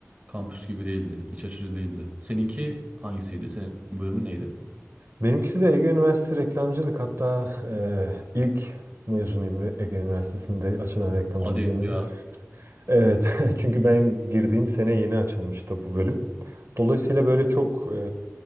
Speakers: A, on the right (about 30°); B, on the right (about 60°).
A: kampüs gibi değildi. iç açıcı değildi. Seninki hangisiydi? Senin bölümün neydi?
B: Benimkisi de Ege Üniversitesi reklamcılık. Hatta e, ilk mezunuyum Ege Üniversitesi'nde açılan reklamcılık
A: Hadi
B: bölümünün.
A: ya.
B: Evet, <laughs> çünkü ben girdiğim sene yeni açılmıştı bu bölüm. Dolayısıyla böyle çok e,